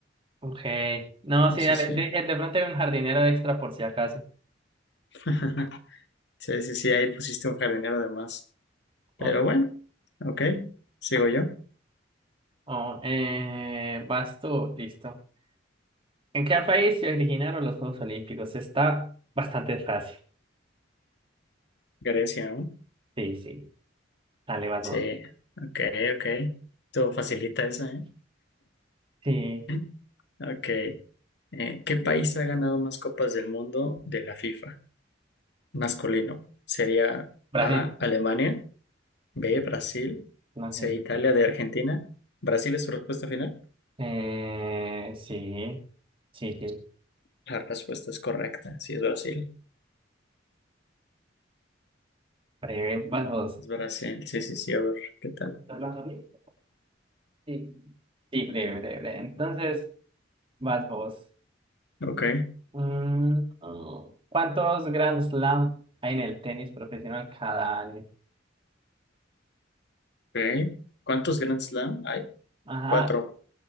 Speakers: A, on the right; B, on the left.
A: Ok. No, sí, dale.
B: Sí, sí.
A: Dije, de pronto hay un jardinero extra por si acaso.
B: <laughs> Sí, sí, sí, ahí pusiste un jardinero de más. Pero
A: Ok.
B: bueno, ok, sigo yo.
A: Oh, eh, vas tú, listo. ¿En qué país se originaron los Juegos Olímpicos? Está bastante fácil.
B: Grecia, ¿no?
A: Sí, sí. Dale, vas
B: Sí,
A: vos.
B: ok, ok. Todo facilita esa, ¿eh?
A: Sí,
B: <clears throat> <laughs> Ok. Eh, ¿qué país ha ganado más copas del mundo de la FIFA? Masculino. ¿Sería
A: Brasil.
B: A, Alemania? B, Brasil.
A: No,
B: C,
A: sí.
B: Italia, de Argentina. ¿Brasil es su respuesta final?
A: Eh, sí, sí, sí.
B: La respuesta es correcta. Sí, es Brasil.
A: Breve, vas vos.
B: Es Brasil. Sí, sí, sí. A ver, ¿qué tal?
A: ¿Estás hablando a mí? Sí. Sí, breve, breve, breve. Entonces, vas vos.
B: Ok,
A: Mm, oh. ¿cuántos Grand Slam hay en el tenis profesional cada año?
B: ok. ¿Cuántos Grand Slam hay?
A: Ajá,
B: Cuatro.